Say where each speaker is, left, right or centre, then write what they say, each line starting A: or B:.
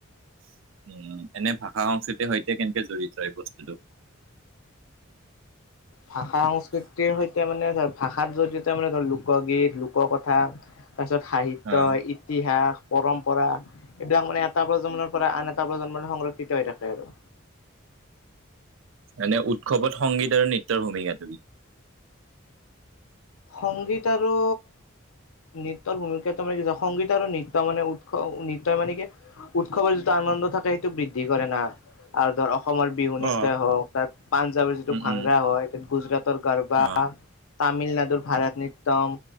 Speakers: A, on the right; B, on the left.
A: উম এনে ভাষা সংস্কৃতিৰ সৈতে কেনেকে জড়তি এই বস্তুটো।
B: ভাষা সংস্কৃতিৰ সৈতে মানে ধৰ ভাষাত জৰিয়তে মানে ধৰ লোকগীত লোক কথা। তাৰপিছত সাহিত্য
A: অ',
B: ইতিহাস। পৰম্পৰা এইবিলাক মানে এটা প্ৰজন্মৰ পৰা আন এটা প্ৰজন্মৰ সংৰক্ষিত হৈ থাকে আৰু
A: এনে উৎসৱত সংগীত আৰু নৃত্যৰ ভূমিকা তুমি
B: সংগীত আৰু নৃত্যৰ ভূমিকাটো মানে কি সংগীত আৰু নৃত্য মানে উৎস নৃত্যই মানে কি উৎসৱৰ যিটো আনন্দ থাকে সেইটো বৃদ্ধি কৰে না আৰু ধৰ অসমৰ বিহু নৃত্যই
A: অ'।
B: হওক তাত পাঞ্জাৱৰ যিটো
A: উম,
B: ভাংৰা
A: উম,
B: হয় গুজৰাটৰ গাৰবা
A: অ',
B: তামিলনাডুৰ ভাৰত নৃত্যম